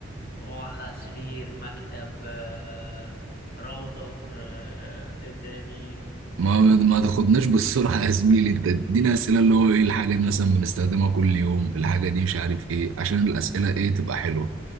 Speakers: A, on the left; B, on the right.
A: مروحة سرير مكتب آه راوتر آه إيه تاني؟
B: ما ما تاخدناش بالسرعة يا زميلي انت ادينا اسئلة اللي هو ايه الحاجة دي مثلا بنستخدمها كل يوم الحاجة دي مش عارف ايه عشان الاسئلة ايه تبقى حلوة